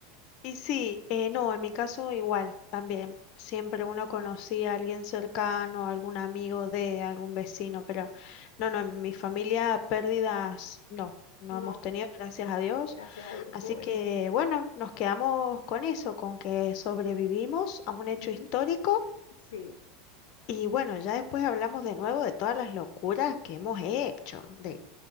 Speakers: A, on the left (about 50°); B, on the left (about 80°).
A: Y sí, eh, no, en mi caso igual, también. Siempre uno conocía a alguien cercano, algún amigo de algún vecino, pero no, no, en mi familia pérdidas no, no
B: no,
A: hemos tenido, gracias a Dios.
B: gracias a Dios,
A: Así
B: qué bueno.
A: que bueno, nos quedamos con eso, con que sobrevivimos a un hecho
B: Ujú,
A: histórico
B: Sí,
A: y bueno, ya después hablamos de nuevo de todas las locuras que hemos hecho, de